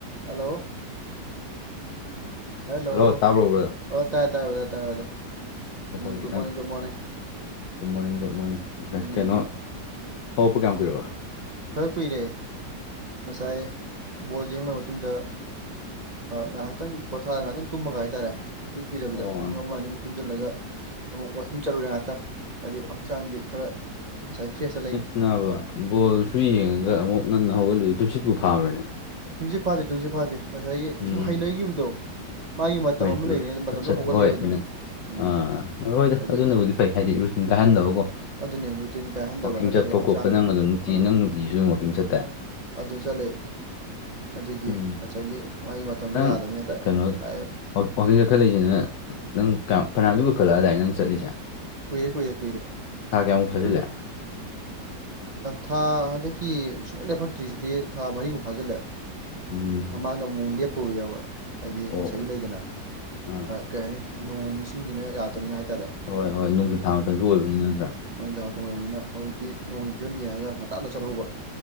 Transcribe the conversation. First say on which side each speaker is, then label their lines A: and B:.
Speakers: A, on the right; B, on the left.
A: ꯍꯂꯣ ꯍꯦꯜꯂꯣ
B: ꯍꯜꯂꯣ ꯇꯥꯕ꯭ꯔꯣ ꯕ꯭ꯔꯗꯔ
A: ꯑꯣ ꯇꯥꯏꯌꯦ ꯇꯥꯏꯌꯦ ꯑꯣ ꯇꯥꯏꯌꯦ ꯑꯣ
B: ꯃꯈꯣꯟ
A: ꯎꯝ
B: ꯈꯤꯇꯪ
A: ꯒꯨꯗ morning good morning
B: good morning good morning
A: ꯎꯝ
B: ꯀꯩꯅꯣ
A: ꯍꯣ-
B: ꯍꯧꯒꯠꯄ ꯀꯌꯥꯝ ꯀꯨꯏꯔꯕ
A: ꯈꯔ ꯀꯨꯏꯔꯦ ꯉꯁꯥꯏ
B: ꯎꯝ.
A: ꯕꯣꯜ ꯌꯦꯡꯂꯣꯢꯕ ꯃꯇꯨꯡꯗ ꯉꯥꯏꯍꯥꯛꯇꯪ ꯄꯣꯊꯥ ꯉꯥꯏꯍꯥꯛꯇꯪ ꯇꯨꯝꯃꯒ ꯍꯥꯏꯇꯥꯔꯦ ꯀꯨꯏ ꯀꯨꯏꯗꯕꯤꯗ
B: ꯑꯣ
A: ꯄꯨꯡ ꯑꯃ ꯑꯅꯤꯃꯨꯛ ꯇꯨꯝꯁꯤꯜꯂꯒ ꯑꯃꯨꯛ ꯋꯥꯀꯤꯡ ꯆꯠꯂꯨꯔꯦ ꯉꯥꯏꯍꯥꯛꯇꯪ ꯍꯥꯏꯗꯤ ꯍꯛꯆꯥꯡꯁꯦ ꯈꯔ ꯉꯁꯥꯏ ꯐ꯭ꯔꯦꯁ
B: ꯌꯦꯁꯅꯕ ꯕꯣꯜꯁꯨ ꯌꯦꯡꯉꯒ ꯑꯃꯨꯛ ꯉꯟꯅ ꯍꯧꯒꯠꯂꯤ ꯨꯇꯨꯝꯁꯤꯠꯄꯨ ꯐꯥꯕ꯭ꯔꯅꯦ
A: ꯇꯨꯝꯁꯤꯠ ꯐꯥꯗꯦ ꯇꯨꯝꯁꯤꯠ ꯐꯥꯗꯦ ꯉꯁꯥꯏꯒꯤ
B: ꯎꯝ
A: ꯁꯨꯝ ꯍꯩꯅꯈꯤꯕꯗꯣ ꯃꯥꯒꯤ ꯃꯇꯝ
B: ꯍꯣꯏ
A: ꯑꯃ
B: ꯔꯨ-
A: ꯂꯩꯕꯅꯤ ꯃꯇꯝꯗꯣ
B: ꯑꯠꯆꯥ ꯑꯠꯆꯥ
A: ꯍꯧꯒꯠꯂꯤꯑꯕ
B: ꯍꯣꯏ
A: ꯑꯗꯨꯝ
B: ꯅꯪ
A: ꯎꯝ
B: ꯑꯥ ꯍꯣꯏꯗ
A: ꯑꯗꯨꯒꯤ
B: ꯑꯗꯨꯅꯕꯨꯗꯤ ꯐꯩ ꯍꯥꯏꯗꯤ ꯔꯨꯇꯤꯟ ꯀꯥꯏꯍꯟꯗꯕꯀꯣ
A: ꯑꯗꯨꯅꯦ ꯔꯨꯇꯤꯟ ꯀꯥꯏꯍꯟꯗꯕ
B: ꯋꯥꯛꯀꯤꯡ
A: ꯅꯠꯇ꯭ꯔꯗꯤ
B: ꯆꯠꯄ
A: ꯍꯛꯆꯥꯡꯗꯣ
B: ꯈꯣꯠꯄ ꯅꯪ ꯑꯗꯨꯝ ꯅꯨꯡꯇꯤ
A: ꯑꯥ
B: ꯅꯪ ꯅꯨꯡꯇꯤꯁꯨ ꯑꯗꯨꯝ ꯋꯥꯛꯀꯤꯡ ꯆꯠꯇꯥꯏ
A: ꯑꯗꯨ ꯆꯥꯠꯂꯦ ꯑꯗꯨꯒꯤ
B: ꯎꯝ
A: ꯉꯁꯥꯏꯒꯤ ꯃꯥꯒꯤ ꯃꯇꯝꯗꯣ
B: ꯅꯪ
A: ꯌꯥꯗꯕꯅꯤ ꯍꯦꯛꯇ
B: ꯀꯩꯅꯣ
A: ꯂꯥꯛꯑꯦꯕ
B: ꯋꯥꯛꯀꯤꯡ ꯀꯠꯈꯠꯂꯛꯏꯁꯤꯅ ꯅꯪ ꯀꯌꯥꯝ ꯐꯅꯥꯌꯥꯝꯗꯤ ꯀꯨꯢꯈꯠꯂꯛ ꯑꯗꯥꯏ ꯅꯪ ꯆꯠꯂꯤꯁꯦ
A: ꯀꯨꯏꯔꯦ ꯀꯨꯏꯔꯦ ꯀꯨꯏꯔꯦ
B: ꯊꯥ ꯀꯌꯥꯃꯨꯛ ꯐꯥꯖꯤꯜꯂꯛꯑꯦ
A: ꯁꯨꯝ ꯊꯥ ꯍꯟꯗꯛꯀꯤ ꯁꯨꯡꯛꯩ ꯂꯦꯞꯄꯛꯇ꯭ꯔꯤꯁꯤꯗꯤ ꯊꯥ ꯃꯔꯤꯃꯨꯛ ꯐꯥꯖꯤꯜꯂꯦ
B: ꯎꯝ
A: ꯃꯥꯡꯗ ꯑꯃꯨꯛ ꯂꯦꯞꯄꯨꯕ ꯍꯥꯏꯗꯤ
B: ꯑꯣ
A: ꯉꯁꯥꯏꯒꯤ
B: ꯑꯣ
A: ꯂꯩꯗꯅ
B: ꯑꯥ
A: ꯀꯩ ꯍꯥꯏꯅꯤ ꯅꯣꯡ ꯏꯁꯤꯡꯁꯤꯅ ꯌꯥꯗꯕꯅꯤ ꯍꯥꯏꯇꯥꯔꯦ
B: ꯍꯣꯏ ꯍꯣꯏ ꯅꯣꯡꯁꯨꯨ ꯊꯥ ꯃꯇꯝꯁꯨ ꯑꯣꯏꯕꯅꯤ ꯅꯠꯇ꯭ꯔꯥ
A: ꯅꯣꯡꯖꯨ ꯊꯥ ꯃꯇꯝ ꯑꯣꯏꯕꯅꯤꯅ ꯍꯧꯖꯤꯛꯇꯤ ꯅꯣꯡ ꯐꯤꯕꯝ ꯌꯦꯡꯉꯒ ꯉꯥꯟꯇ ꯆꯠꯍꯧꯕ